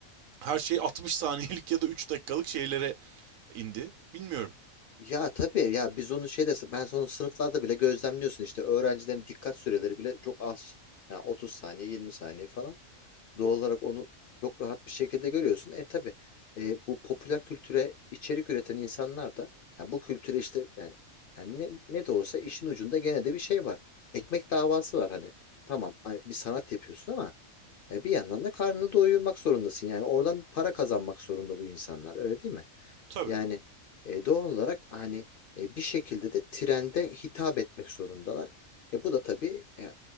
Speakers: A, on the right; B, on the left.
A: her şey 60 saniyelik ya da 3 dakikalık şeylere indi. Bilmiyorum.
B: Ya tabii ya biz onu şeyde ben onu sınıflarda bile gözlemliyorsun işte öğrencilerin dikkat süreleri bile çok az. Yani 30 saniye 20 saniye falan. Doğal olarak onu çok rahat bir şekilde görüyorsun. E tabii e, bu popüler kültüre içerik üreten insanlar da ya bu kültüre işte yani, yani ne, ne de olsa işin ucunda gene de bir şey var. Ekmek davası var hani. Tamam hani bir sanat yapıyorsun ama e, bir yandan da karnını doyurmak zorundasın. Yani oradan bir para kazanmak zorunda bu insanlar öyle değil mi?
A: Tabii.
B: Yani e, doğal olarak hani e, bir şekilde de trende hitap etmek zorundalar. E bu da tabii e,